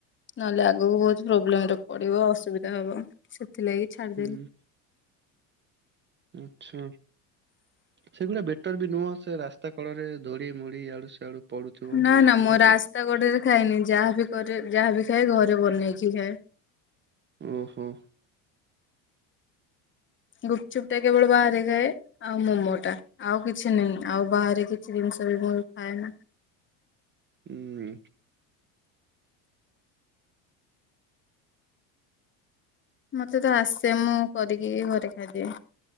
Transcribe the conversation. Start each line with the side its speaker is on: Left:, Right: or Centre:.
Left: ନହେଲେ ଆଗୁକୁ ବହୁତ ପ୍ରୋବ୍ଲେମ୍ ରେ ପଡ଼ିବ। ଅସୁବିଧା ହବ ସେଥିଲାଗି ଛାଡ଼ିଦେଲି।
Right: ହୁଁ ଆଚ୍ଛା। ସେଗୁଡ଼ା ବେଟର୍ ବି ନୁହଁ ସେ ରାସ୍ ତା କଡ଼ରେ ଧୂରି ମରି ୟାଡ଼ୁ ସ୍ୟାଡ଼ୁ ପଡୁଥୁବ,
Left: ନା
Right: ଉଡ଼ୁଥୁବ
Left: ନା ମୁଁ ରାସ୍ତା
Right: ସେ ତ
Left: କଡରେ ଖାଏନି ଯାହାବି କରେ ଯାହା ବିି ଖାଏ ଘରେ ବନେଇକି ଖାଏ।
Right: ଓହୋ।
Left: ଗୁପଚୁପ୍ ଟା କେବଳ ବାହାରେ ଖାଏ। ଆଉ ମୋମୋଟା ଆଉ କିଛି ନାହିଁ। ଆଉ ବାହାରେ କିଛି ଜିନିଷ ବି ମୁଁ ଖାଏନା।
Right: ଉଁ
Left: ମତେ ତ ଆସେ ମୁଁ କରିକି ଘରେ ଖାଇଦିଏ।